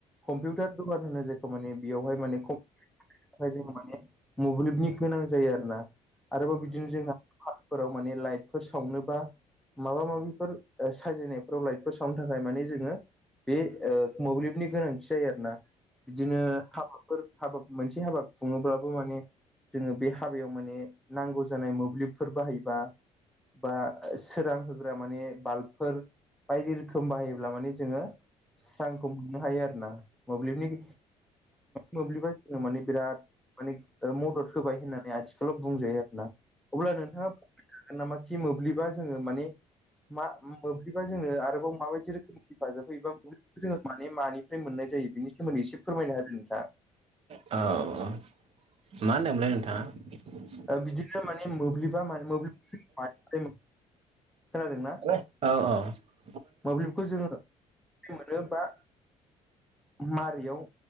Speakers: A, in the centre; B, on the right.
A: कम्पिउटार दखान होनो जाय माने बेयावहाय माने <unintelligible> जों माने मोब्लिबनि गोनां जायो आरो ना। आरोबाव बिदिनो जोंहा हरफोराव माने लाइटफोर सावनोबा माबा माबिफोर साजायनायफोराव लाइटफोर सावनो थाखाय माने जोङो बे ओ मोब्लिबनि गोनांथि जायो आरोना। बिदिनो हाबाफोर हाबा मोनसे हाबा खुङोब्लाबो माने जोङो बे हाबायाव माने नांगौ जानाय मोब्लिबफोर बाहायबा बा सोरां होग्रा माने बाल्बफोर बायदि रोखोम बाहायोब्ला माने जोङो स्रांखौ मोननो हायो आरो ना मोब्लिबनि मोब्लिबा जोंनो माने बिराद माने मदद होबाय होननानै आथिखालाव बुंजायो आरो ना अब्ला नोंथाङा होगोन नामा खि मोब्लिबा जोङो माने मा मोब्लिबा जोङो आरोबाव माबायदि रोखोमनि हेफाजाब होयोबा जोङो माने मानिफ्राय मोननाय जायो बिनि सोमोन्दै एसे फोरमायनो हादो नोंथाङा।
B: औ औ मा होनदोमोनलाय नोंथाङा?
A: बिदिनो माने मोब्लिबा <unintelligible> मोब्लिबा खोनादों ना?
B: औ औ
A: मोब्लिबखौ जोङो मोनो बा मारैयाव